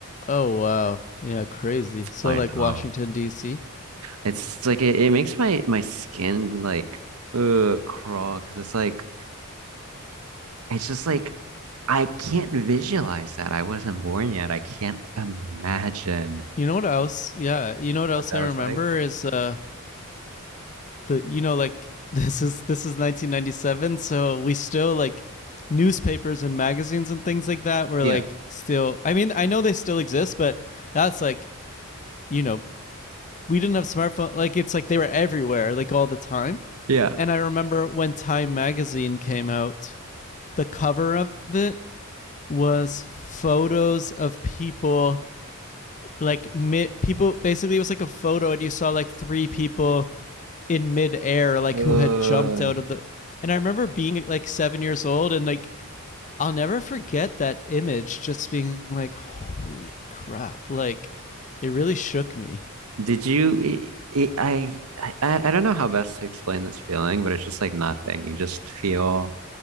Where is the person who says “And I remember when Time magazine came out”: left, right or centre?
Left